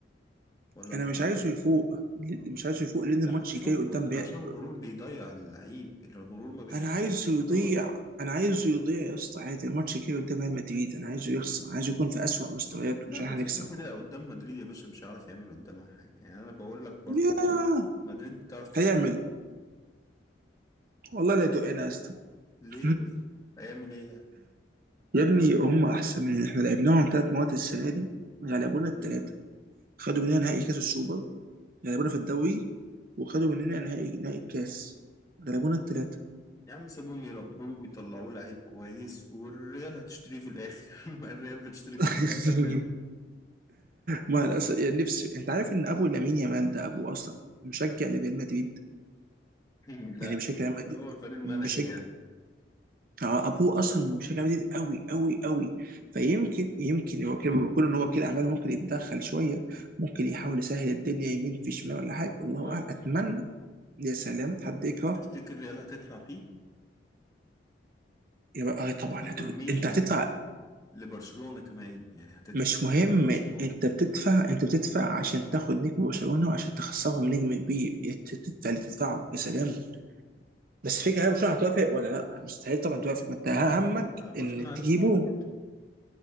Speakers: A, on the left (about 20°); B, on the right (about 50°).
A: ولا
B: انا
A: أنت
B: مش عايزه يفوق مش عايزه يفوق لان الماتش
A: لا تشوف
B: جاي قدام بقى
A: عشان الغرور بيضيع اللعيب الغرور ما بيخليش
B: انا عايزه
A: يتطور
B: يضيع انا عايزه يضيع يا اسطى عادي الماتش جاي قدام ريال مدريد انا عايزه يخسر عايزه يكون في اسوأ مستوياته
A: لا
B: عشان
A: بس
B: هنكسب
A: كده كده قدام مدريد يا باشا مش هيعرف يعمل قدامها حاجة يعني أنا بقول لك برضه
B: يا
A: مدريد بتعرف تصدر
B: هيعمل والله لا يدقنا يا اسطى
A: ليه
B: <laughs>
A: بس هيعمل إيه يعني
B: يا ابني هم احسن من احنا لعبناهم ثلاث مواد السنه دي غلبونا الثلاثه خدوا مننا نهائي كاس السوبر غلبونا في الدوري وخدوا مننا نهائي نهائي الكاس غلبونا الثلاثه
A: يا عم سيبهم يربوه ويطلعوه لعيب كويس والريال هتشتريه في الآخر <laughs> ما الريال بتشتري
B: <laughs>
A: كل اللعيبة الحلوة
B: ما للاسف يعني نفسي انت عارف ان ابو لامين يامال ده ابوه اصلا مشجع لريال مدريد
A: <laughs> لا
B: يعني بشكل ريال مدريد
A: هو الفريق الملكي
B: بشكل
A: يعني
B: آه، ابوه اصلا مشجع ريال مدريد قوي قوي قوي فيمكن يمكن هو كده بيقول ان هو كده عمال ممكن يتدخل شويه ممكن يحاول يسهل الدنيا يمين في شمال ولا حاجه الله
A: ممكن
B: اعلم اتمنى يا سلام حد يكره
A: بس تفتكر الريال هتدفع فيه؟
B: يبقى اه طبعا
A: ما في
B: يا دود
A: مين
B: انت هتدفع
A: لبرشلونة كمان يعني هتدفع
B: مش
A: مبلغ
B: مهم
A: لبرشلونة
B: انت بتدفع انت بتدفع عشان تاخد نجم برشلونه وعشان تخسرهم نجم كبير تدفع اللي تدفعه يا سلام بس فكرة هل برشلونة هتوافق ولا لا مستحيل طبعا توافق ما انت همك
A: لا برشلونة
B: ان
A: عايزة
B: تجيبه
A: فلوس برضه.